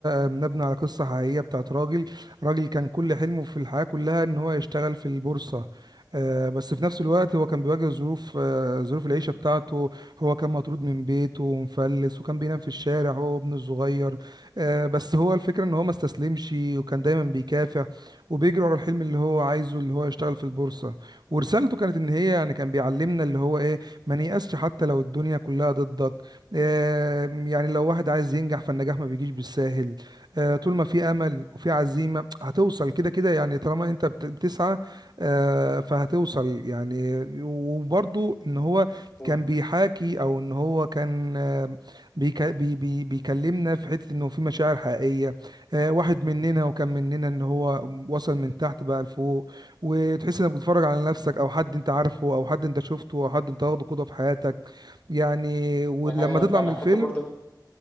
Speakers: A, on the right; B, on the left.
A: آه، مبني على قصة حقيقية بتاعت راجل راجل كان كل حلمه في الحياة كلها ان هو يشتغل في البورصة آه، بس في نفس الوقت هو كان بيواجه ظروف آه، ظروف العيشة بتاعته هو كان مطرود من بيته ومفلس وكان بينام في الشارع هو وابنه الصغير آه، بس هو الفكرة ان هو ما استسلمش وكان دايما بيكافح وبيجري ورا الحلم اللي هو عايزه اللي هو يشتغل في البورصة ورسالته كانت ان هي يعني كان بيعلمنا اللي هو ايه ما نيأسش حتى لو الدنيا كلها ضدك آه يعني لو واحد عايز ينجح فالنجاح ما بيجيش بالساهل آه طول ما في امل وفي عزيمة هتوصل كده كده يعني طالما انت بت- بتسعى آه فهتوصل يعني وبرضو ان هو
B: مم.
A: كان بيحاكي او ان هو كان آه بيك بي بي بيكلمنا في حتة انه في مشاعر حقيقية آه، واحد مننا وكان مننا ان هو وصل من تحت بقى لفوق وتحس انك بتتفرج على نفسك او حد انت عارفه او حد انت شفته او حد انت واخده قدوة في حياتك يعني ولما
B: دي حقيقة
A: تطلع
B: فعلا
A: من الفيلم
B: حتى برضه